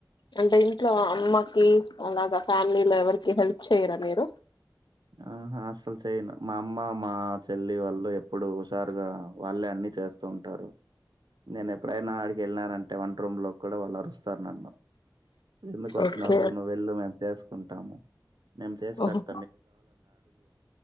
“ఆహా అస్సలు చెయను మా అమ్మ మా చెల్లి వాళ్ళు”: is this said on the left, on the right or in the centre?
Right